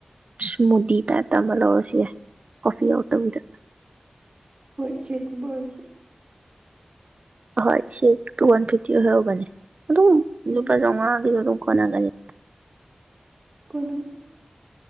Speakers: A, on the right (about 65°); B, on the right (about 45°).
A: ꯏꯁꯃꯨꯗꯤ ꯇꯥꯏ ꯑꯃ ꯑꯣꯦ ꯀꯣꯐꯤ ꯑꯇꯗ
B: ꯍꯣꯏ ꯁꯤꯦ ꯀꯨꯃꯥꯔꯁꯨ
A: ꯍꯣꯏ ꯁꯤꯨ ꯋꯥꯟ ꯐꯤꯐꯇꯤ ꯑꯣꯏꯔꯧꯕꯅꯦ ꯑꯗꯨꯝ
B: ꯎꯝ
A: ꯂꯨꯄꯥ ꯆꯥꯝꯃꯉꯥꯒꯤꯁꯨ ꯑꯗꯨꯝ ꯀꯣꯟꯅꯒꯅꯤ
B: ꯀꯨꯅꯥꯗꯤ